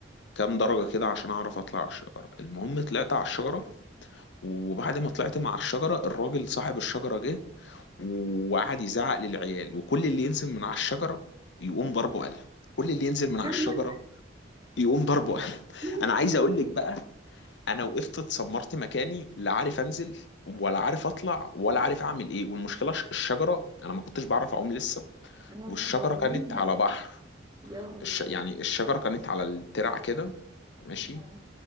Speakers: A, on the left (about 70°); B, on the right (about 20°).
A: كام درجة كده عشان اعرف اطلع على الشجرة المهم طلعت على الشجرة وبعد ما طلعت مع الشجرة الراجل صاحب الشجرة جه وقعد يزعق للعيال وكل اللي ينزل من على الشجرة يقوم ضربه قلم كل اللي ينزل من على
B: يا
A: الشجرة
B: نهار
A: يقوم ضربه قلم <laughs>
B: أبيض.
A: انا عايز اقول لك بقى انا وقفت اتسمرت مكاني لا عارف انزل ولا عارف اطلع ولا عارف اعمل ايه والمشكلة الشجرة انا ما كنتش بعرف اعوم لسه
B: اه
A: والشجرة
B: على مية
A: كانت على بحر
B: يا الله
A: الش... يعني الشجرة كانت على الترع كده ماشي
B: آه.